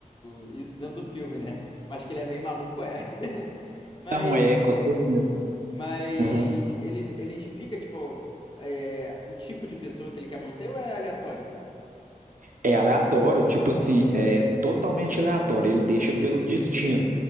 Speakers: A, on the left (about 35°); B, on the right (about 70°).
A: o... isso dentro do filme, né? Mas que ele é meio maluco, é. <laughs> Mas,
B: Não é,
A: tipo,
B: com certeza.
A: mas
B: Aham.
A: ele, ele explica, tipo, é, o tipo de pessoa que ele quer manter ou é aleatório?
B: É aleatório, tipo assim, é totalmente aleatório. Ele deixa pelo destino.